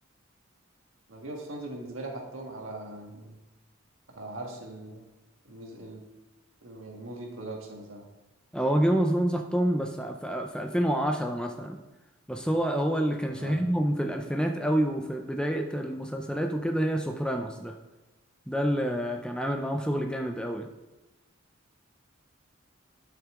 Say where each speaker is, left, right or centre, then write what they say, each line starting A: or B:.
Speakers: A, on the right; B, in the centre.
A: جيم اوف ثرونز بالنسبة لي حطهم على يعني على عرش ال... المز... ال... يعني موفي برودكشن بصراحة
B: هو جيم اوف ثرونز حطهم بس في في 2010 مثلا بس هو هو اللي كان شاهدهم
A: آه.
B: في الألفينات قوي وفي بداية المسلسلات وكده هي سوبرانوس ده ده اللي كان عامل معاهم شغل جامد قوي